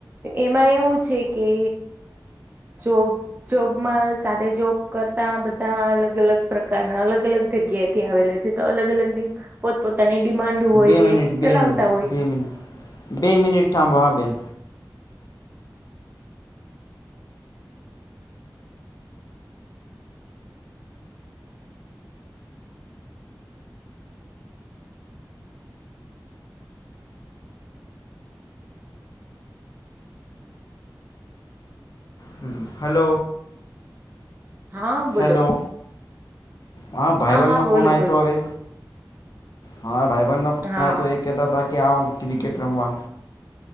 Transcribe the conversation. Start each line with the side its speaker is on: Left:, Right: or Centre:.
Right: એમાં એવું છે, કે જો જોબમાં સાથે જોબ કરતા બધા અલગ અલગ પ્રકારના અલગ અલગ જગ્યાએ થી આવેલા છે, તો અલગ અલગ પોતપોતાની ડિમાન્ડ હોય
Left: બે મિનિટ
Right: એ
Left: બે
Right: ચલાવતા
Left: મિનિટ
Right: હોય
Left: બે મિનિટ બે મનિટ થામ બો હા બેન હમ હાલો.
Right: હા બોલો
Left: હેલો હા ભાઈ બન
Right: હા
Left: નો
Right: બોલો
Left: ફોન આય
Right: બોલો
Left: તો હવે હા ભાઈ બહેન ન
Right: હા
Left: તો એ કેહેતા હતા કે આવ ક્રિકેટ રમવા